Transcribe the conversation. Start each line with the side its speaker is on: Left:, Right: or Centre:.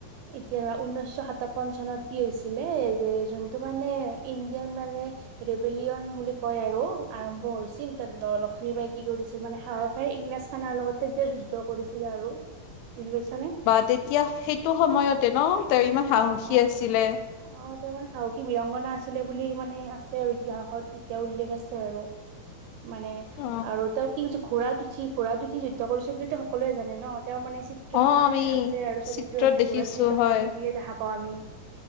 Right: এতিয়া ঊনৈছশ সাতাৱন্ন চনত কি হৈছিলে যে যোনটো মানে ইণ্ডিয়ান মানে। ৰেবেলিয়ন বুলি কয় আৰু আৰম্ভ হৈছিল তাত লক্ষ্মী বাই কি কৰিছিল মানে স। ইমৰাজ খানাৰ লগত তেতিয়া যুদ্ধ কৰিছিল আৰু, বুজি পাইছা নে।
Left: বা তেতিয়া
Right: অ, অ। <unintelligible>
Left: সেইটো সময়তে ন তেওঁ ইমান সাহসী আছিলে
Right: মানে সাহসী বিৰঙংগনা আছিলে বুলি মানে আছে আৰু, ইতিহাসত এতিয়া উল্লেখ আছে আৰু।
Left: <unintelligible> <inaudible>
Right: মানে
Left: অ
Right: আৰু তেওঁ কি কছ ঘোঁৰাত উঠি ঘোঁৰাত উঠি যুদ্ধ কৰিছো বুলিো সকলোৱে জানে ন। <unintelligible> তেওঁ মানে চিত্ৰ
Left: অ
Right: মানে
Left: আমি
Right: আছে আৰু ছবিটো
Left: চিত্ৰত
Right: আছে
Left: দেখিছো
Right: ঘূৰাত শুই থকা
Left: হয়
Right: ছবিয়ে দেখা। <unintelligible> ওঁ আমি অ